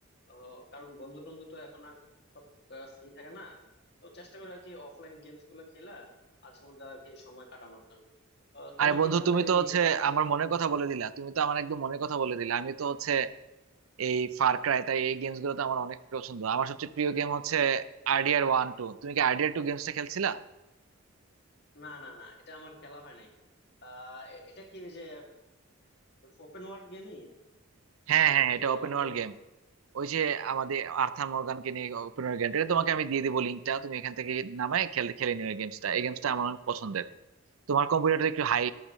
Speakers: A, on the left; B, on the right.
A: তো কারণ বন্ধু টন্ধু তো এখন আর সব ফ্রি থাকে না তো চেষ্টা করি আর কি অফলাইন গেমস গুলা খেলা মাঝে মধ্যে আর কি সময় কাটানোর জন্য আহ, তোমার
B: আরে বন্ধু
A: কি তাহলে
B: তুমি তো
A: এই
B: হচ্ছে
A: পাবজি
B: আমার মনের কথা বলে দিলা তুমি তো আমার একদম মনের কথা বলে দিলা আমি তো হচ্ছে এই ফার ক্রাই তাই এই গেমস গুলো তো আমার অনেক পছন্দ আমার সবচেয়ে প্রিয় গেম হচ্ছে আরডিআর ওয়ান টু তুমি কি আরডিআর টু গেমসটা খেলছিলা
A: না না না এটা আমার খেলা হয় নাই আহ, এ- এটা কি ওই যে ওপেন ওয়ার্ল্ড গেমই
B: হ্যাঁ হ্যাঁ
A: নাকি
B: এটা ওপেন
A: অন্য
B: ওয়ার্ল্ড গেম ওই যে আমাদের আর্থার মর্গানকে নিয়ে ওপেন ওয়ার্ল্ড গেম এটা তোমাকে আমি দিয়ে দেবো লিঙ্কটা তুমি এখান থেকে নামায় খেলে খেলে নিও এই গেমসটা এই গেমসটা আমার অনেক পছন্দের তোমার কম্পিউটারটা একটু হাই